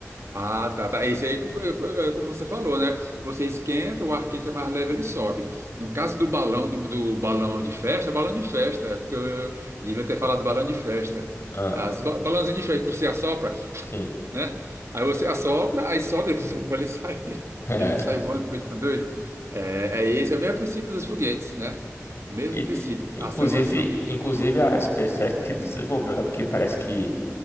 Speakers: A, on the right (about 60°); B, on the left (about 55°).
A: Ah, tá, tá. Esse aí que foi, eh, como você falou, né? Você esquenta, o ar quente é mais leve, ele sobe. No caso do balão, do, do balão de festa, balão de festa, é porque eu, eu devia ter falado balão de festa.
B: Ah,
A: As ba balãozinhas de festa, que você assopra,
B: sim.
A: né? Aí você assopra, aí sobe, <laughs> ele sai,
B: <laughs>
A: ele sai voando, feito um doido. É, é esse é o mesmo princípio dos foguetes, né? O mesmo
B: E,
A: princípio,
B: inclusive,
A: ação e reação.
B: inclusive a SpaceX que desenvolveu, né? Porque parece que